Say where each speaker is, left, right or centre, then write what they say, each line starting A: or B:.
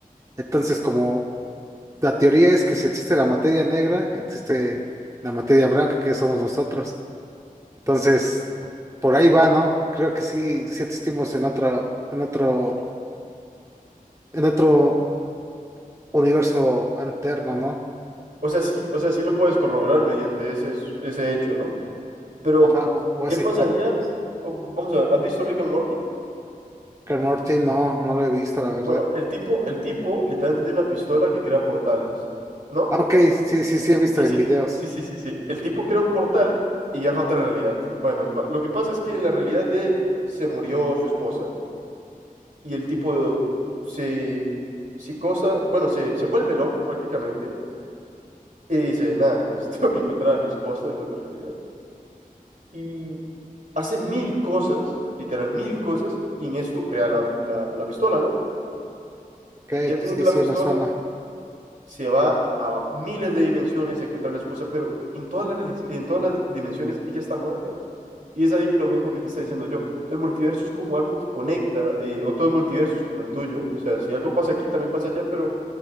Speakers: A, on the right; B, on the right.
A: Entonces, como la teoría es que si existe la materia negra, existe la materia blanca que somos nosotros. Entonces, por ahí va, ¿no? Creo que sí, sí existimos en otro, en otro. en otro universo alterno, ¿no?
B: O sea, sí, o sea, sí lo puedes corroborar mediante ese, ese hecho, ¿no? Pero,
A: Ajá, o, o
B: ¿qué
A: esa
B: pasaría?
A: hipótesis.
B: O, Vamos a ver, ¿has visto Rick and Morty?
A: Rick and Morty no, no lo he visto, la verdad.
B: Bueno, el tipo, el tipo literalmente tiene una pistola que crea portales, ¿no?
A: Ah, ok, sí, sí, sí, he visto
B: Sí,
A: en
B: sí,
A: videos.
B: sí, sí, sí, sí. El tipo crea un portal y viaja a otra realidad. Bueno, el pa- lo que pasa es que en la realidad de él se murió su esposa y el tipo se, se cosa, bueno, se, se vuelve loco prácticamente y dice, nada, pues <laughs> tengo que encontrar a mi esposa en otra realidad. Y hace mil cosas, literal, mil cosas, y en esto crea la, la, la pistola, ¿no?
A: Ok,
B: Y ya teniendo
A: sí,
B: la
A: sí,
B: pistola,
A: me suena.
B: se va a miles de dimensiones a encontrar a la esposa, pero en todas las, reali- en todas las dimensiones ella está muerta. Y es ahí lo mismo que te está diciendo yo. El multiverso es como algo que conecta eh, otros multiversos como el tuyo. O sea, si algo pasa aquí, también pasa allá, pero